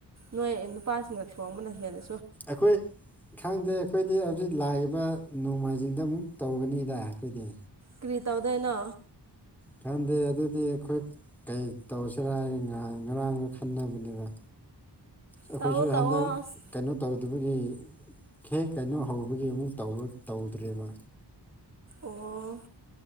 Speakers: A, on the right; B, in the centre.
A: ꯅꯣꯏ ꯅꯨꯄꯥꯁꯤꯡꯅ ꯊꯣꯡꯕꯅ ꯍꯦꯟꯅ
B: ꯑꯩꯈꯣꯏ ꯈꯪꯗꯦ ꯑꯩꯈꯣꯏꯗꯤ ꯍꯧꯖꯤꯛ ꯂꯥꯛ ꯅꯣꯡꯃꯥꯏꯖꯤꯡꯗ ꯑꯃꯨꯛ ꯇꯧꯒꯅꯤꯗ ꯑꯩꯈꯣꯏꯗꯤ
A: ꯀ꯭ꯔꯤ ꯇꯧꯗꯅ
B: ꯈꯪꯗꯦ ꯑꯗꯨꯗꯤ ꯑꯩꯈꯣꯏ ꯀꯩ ꯇꯧꯁꯤꯔꯥ ꯉꯔꯥꯡꯒ ꯈꯟꯅꯕꯅꯦꯕ ꯑꯩꯈꯣꯏꯁꯨ
A: ꯇꯧꯑꯣ ꯇꯧꯑꯣ
B: ꯍꯟꯗꯛ
A: ꯑꯁ
B: ꯀꯩꯅꯣ ꯇꯧ ꯑꯗꯨꯒꯤ ꯍꯦꯛ ꯀꯩꯅꯣ ꯍꯧꯕꯒꯤ ꯑꯃꯨꯛ ꯇꯧꯔ ꯇꯧꯗ꯭ꯔꯦꯕ
A: ꯑꯣ